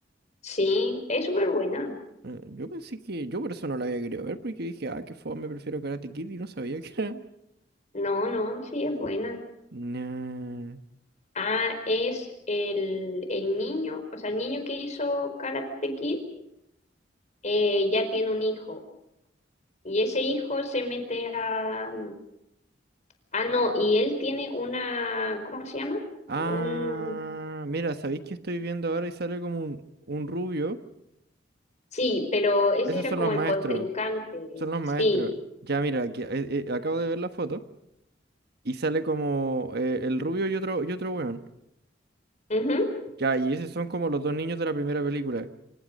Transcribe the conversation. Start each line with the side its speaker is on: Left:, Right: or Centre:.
Left: Sí, es súper buena.
Right: Eh, Yo pensé que, yo por eso no la había querido ver, porque dije, ah, qué fome, prefiero Karate Kid, y no sabía que era...
Left: No, no, sí es buena.
Right: Nah.
Left: Ah, es el, el niño, o sea, el niño que hizo Karate Kid eh, ya tiene un hijo. Y ese hijo se mete a... Ah, no, y él tiene una, ¿cómo se llama?
Right: Ah,
Left: Un,
Right: mira, ¿sabéis que estoy viendo ahora y sale como un, un rubio?
Left: Sí, pero ese
Right: Esos
Left: era
Right: son
Left: como
Right: los maestros,
Left: el contrincante.
Right: son los
Left: Sí,
Right: maestros. Ya, mira, aquí, eh, eh, acabo de ver la foto y sale como eh, el rubio y otro, y otro weón.
Left: ujú,
Right: Ya, y esos son como los dos niños de la primera película.